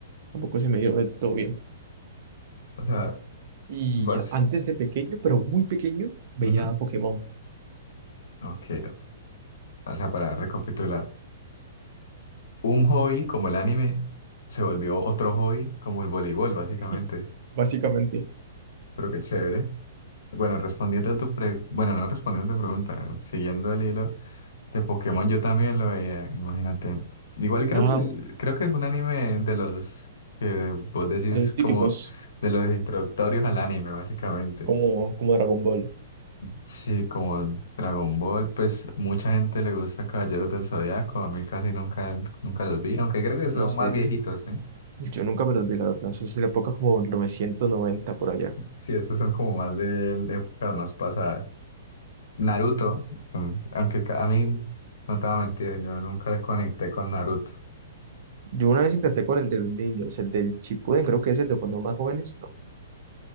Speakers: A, on the right; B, on the left.
A: tampoco se me dio de todo bien.
B: O sea,
A: Y
B: vas...
A: antes de pequeño, pero muy pequeño, veía
B: ujú,
A: Pokémon,
B: Ok, o sea, para recapitular, un hobby como el anime se volvió otro hobby como el voleibol, básicamente.
A: <laughs> básicamente.
B: Pero qué chévere. Bueno, respondiendo a tu pre... Bueno, no respondiendo a tu pregunta, siguiendo el hilo. De Pokémon yo también lo veía, imagínate. Igual
A: Wow.
B: creo que creo que es un anime de los que vos decís
A: De los
B: como
A: típicos,
B: de los introductorios al anime, básicamente.
A: como, como Dragon Ball.
B: Sí, como Dragon Ball, pues mucha gente le gusta Caballeros del Zodiaco, a mí casi nunca, nunca los vi, aunque creo que
A: No
B: son
A: sé.
B: más viejitos, ¿eh?
A: Yo nunca me los vi, la verdad. Eso es de la época como 990 por allá.
B: Sí, esos son como más de épocas más pasadas. Naruto, mm, aunque ca- a mí, no te voy a mentir, yo nunca desconecté con Naruto,
A: Yo una vez intenté con el de los niños, el del Chipuden, creo que es el de cuando más jóvenes, ¿no?